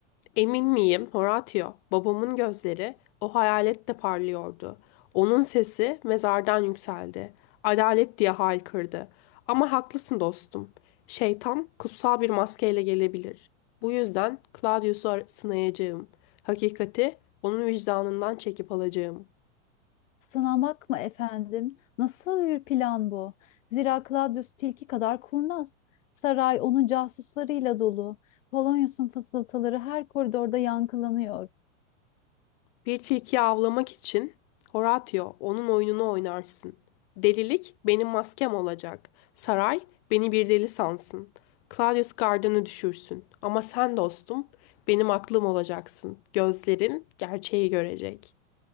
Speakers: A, on the left; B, on the left.
A: Emin miyim, Horatio? Babamın gözleri o hayalette parlıyordu. Onun sesi mezardan yükseldi. Adalet diye haykırdı. Ama haklısın dostum. Şeytan kutsal bir maskeyle gelebilir. Bu yüzden Claudius'u sınayacağım. Hakikati onun vicdanından çekip alacağım.
B: Sınamak mı efendim? Nasıl bir plan bu? Zira Claudius tilki kadar kurnaz. Saray onun casuslarıyla dolu. Polonius'un fısıltıları her koridorda yankılanıyor.
A: Bir tilkiyi avlamak için Horatio onun oyununu oynarsın. Delilik benim maskem olacak. Saray beni bir deli sansın. Claudius gardını düşürsün. Ama sen dostum benim aklım olacaksın. Gözlerin gerçeği görecek.